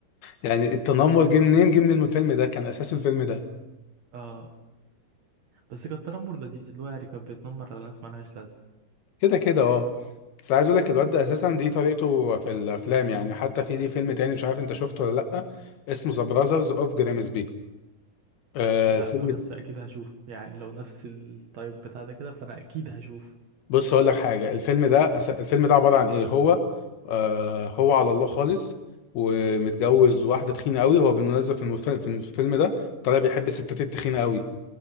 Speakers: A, on the left; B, on the right.
A: يعني التنمر جه منين جه من الفيلم ده كان اساسه الفيلم ده
B: <laughs> آه بس كان تنمر لذيذ اللي هو يعني كان بيتنمر على ناس مالهاش لازمة
A: كده كده اه بس عايز اقول لك الواد ده اساسا دي طريقته في الافلام يعني حتى في ليه فيلم تاني مش عارف انت شفته ولا لا اسمه ذا براذرز اوف جريمسبي آه
B: لا
A: الفيلم
B: بس
A: ده-
B: أكيد هشوف يعني لو نفس التايب بتاع ده كده فأنا أكيد هشوف
A: بص اقول لك حاجه الفيلم ده أس- الفيلم ده عباره عن ايه هو آه هو على الله خالص ومتجوز واحده تخينه قوي هو بالمناسبه في المف- في الفيلم ده طالع بيحب الستات التخينه قوي